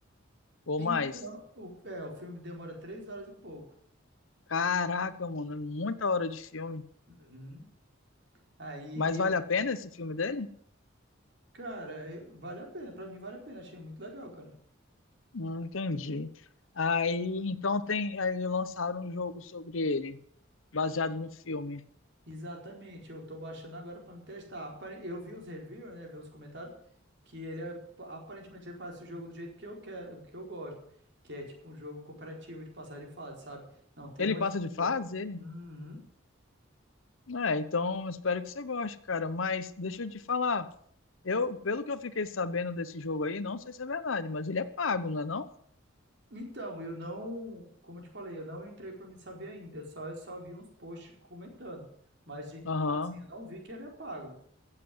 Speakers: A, on the left (about 75°); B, on the right (about 55°).
A: Ou
B: então,
A: mais.
B: o, é, o filme demora três horas e pouco.
A: Caraca, mano, é muita hora de filme.
B: Uhum. Aí,
A: Mas vale a pena esse filme dele?
B: cara, eu- vale a pena. Pra mim vale a pena. Achei muito legal, cara.
A: Hum, entendi. Aí, então tem, aí lançaram um jogo sobre ele, baseado no filme.
B: Exatamente, eu tô baixando agora para me testar. Apare- Eu vi uns reviews, né, vi uns comentários que ele é- aparentemente ele parece o jogo do jeito que eu quero, que eu gosto, que é tipo um jogo cooperativo de passar de fase, sabe? Não tem
A: Ele
B: uma
A: passa
B: disputa.
A: de fase, ele?
B: Uhum.
A: É, então espero que você goste, cara. Mas deixa eu te falar, eu, pelo que eu fiquei sabendo desse jogo aí, não sei se é verdade, mas ele é pago, não é não?
B: Então, eu não, como eu te falei, eu não entrei para me saber ainda, só eu só vi uns posts comentando, mas de
A: Aham.
B: assim, eu não vi que ele é pago,